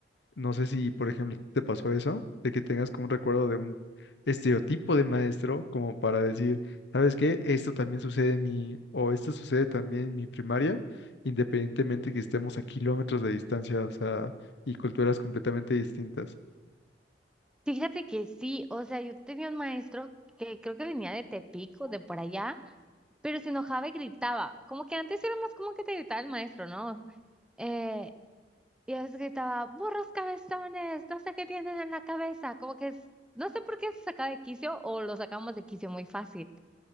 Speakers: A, on the left; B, in the centre.
A: no sé si, por ejemplo, te pasó eso, de que tengas como un recuerdo de un estereotipo de maestro, como para decir, ¿sabes qué? Esto también sucede en mi, o esto sucede también en mi primaria, independientemente que estemos a kilómetros de distancia, o sea, y culturas completamente distintas.
B: Fíjate que sí, o sea, yo tenía un maestro que creo que venía de Tepic o de por allá, pero se enojaba y gritaba. Como que antes era más como que te gritaba el maestro, ¿no? Eh, y a veces gritaba, burros cabezones, no sé qué tienen en la cabeza. Como que es- no sé por qué se sacaba de quicio o lo sacamos de quicio muy fácil.